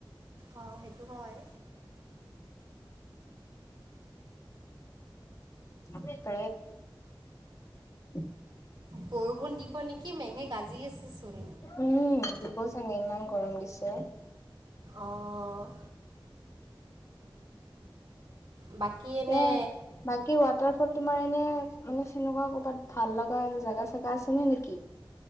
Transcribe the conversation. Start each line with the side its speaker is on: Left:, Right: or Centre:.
Right: অ, সেইটো হয়।
Left: আ, প উম।
Right: বৰষুণ দিব নেকি। মেঘে গাজি আছেচোন
Left: উম, দিব চাগে। ইমান গৰম দিছে।
Right: অ'। বাকী এনে
Left: এ, বাকী ৱাটাৰ ফল তোমাৰ এনে মানে চেনেকুৱা কৰ'বাত ভাল লগা জোগা, চোগা আছে নে, নেকি।